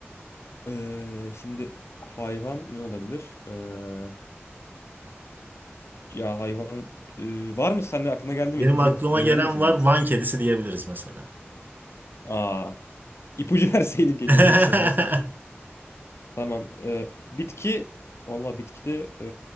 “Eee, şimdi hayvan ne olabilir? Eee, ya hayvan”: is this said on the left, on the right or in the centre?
Left